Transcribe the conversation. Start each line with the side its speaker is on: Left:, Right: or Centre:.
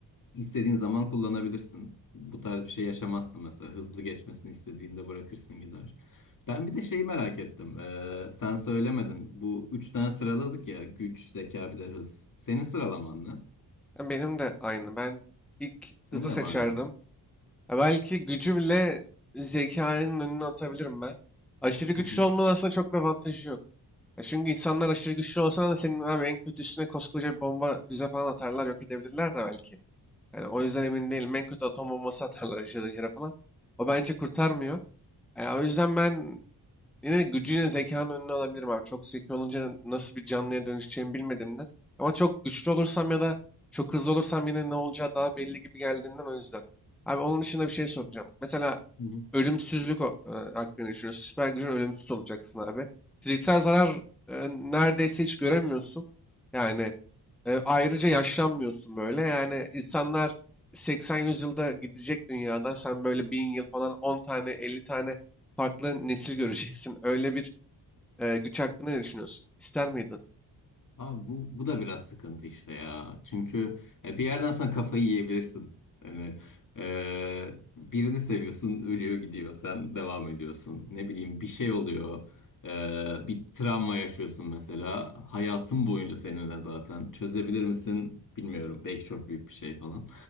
Left: İstediğin zaman kullanabilirsin. Bu tarz bir şey yaşamazsın mesela. Hızlı geçmesini istediğinde bırakırsın gider. Ben bir de şeyi merak ettim. Ee, sen söylemedin. Bu üç tane sıraladık ya. Güç, zeka bir de hız. Senin sıralaman ne?
Centre: Ya Benim de aynı. Ben ilk
Left: Senin
Centre: hızı
Left: de
Centre: seçerdim.
Left: mi aynı?
Centre: Ya belki gücü bile zekanın önüne atabilirim ben. Aşırı güçlü
Left: Hı hı.
Centre: olmanın aslında çok bir avantajı yok. Ya çünkü insanlar aşırı güçlü olsa da senin abi en kötüsüne koskoca bir bomba, füze falan atarlar, yok edebilirler de belki. Yani o yüzden emin değilim. En kötü atom bombası atarlar yaşadığın yere falan. O bence kurtarmıyor. Ya o yüzden ben Yine gücüyle zekanın önüne alabilirim abi. Çok zeki olunca nasıl bir canlıya dönüşeceğimi bilmediğimden. Ama çok güçlü olursam ya da çok hızlı olursam yine ne olacağı daha belli gibi geldiğinden o yüzden. Abi onun dışında bir şey soracağım. Mesela
Left: <laughs>
Centre: ölümsüzlük o- e, hakkında düşünüyorsun. Süper gücün ölümsüz olacaksın abi. Fiziksel zarar e, neredeyse hiç göremiyorsun. Yani e, ayrıca yaşlanmıyorsun böyle. Yani insanlar 80-100 yılda gidecek dünyadan. Sen böyle 1000 yıl falan 10 tane 50 tane farklı nesil göreceksin. <laughs> Öyle bir e, güç hakkında ne düşünüyorsun? İster miydin?
Left: Abi bu, bu da biraz sıkıntı işte ya. Çünkü e, bir yerden sonra kafayı yiyebilirsin. Hani e, birini seviyorsun ölüyor gidiyor sen devam ediyorsun. Ne bileyim bir şey oluyor. E, bir travma yaşıyorsun mesela. Hayatın boyunca seninle zaten. Çözebilir misin bilmiyorum. Belki çok büyük bir şey falan.